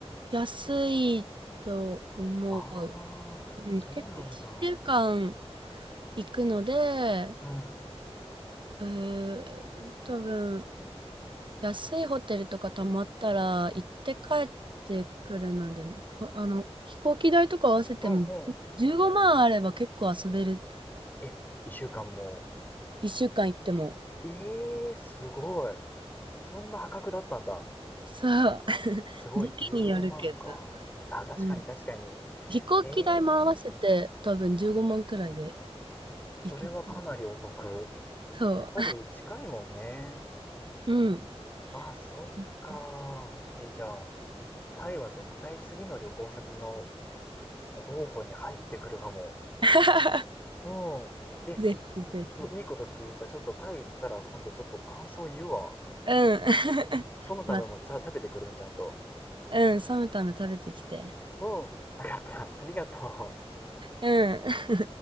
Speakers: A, on the right; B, on the left.
A: 安いと思う。
B: ああ、
A: うん。
B: そうなんだ。
A: 結構1週間行くので、
B: うん。
A: うー、多分、安いホテルとか泊まったら行って帰ってくるのでも、ほ、あの、飛行機代とか合わせても15万あれば結構遊べる。
B: うんうん。え、一週間も。
A: 1週間行っても。
B: ええー、すごい。そんな破格だったんだ。
A: そう。<laughs>
B: すごい、
A: 時期によるけど。
B: 15万か。あ、確かに確かに。
A: うん。飛行機代も合わせて多分15万くらいで
B: ええー、それはかなりお得。
A: 行けちう。そ
B: やっぱり近いもんね。
A: う。うん。
B: あ、そっか。
A: だから
B: え、じゃあ、タイは絶対次の旅行先の候補に入ってくるかも。
A: <laughs>
B: うん。え、
A: ぜひぜひ。
B: す、すごいいいこと聞いた。ちょっとタイ行ったら今度ちょっと感想言うわ。
A: うん。<laughs>
B: うん。ソムタムもちゃ食べてくるね、
A: ま、
B: ちゃんと。
A: うん、サムタム食べてきて。
B: うん。わかった。ありがとう。
A: うん。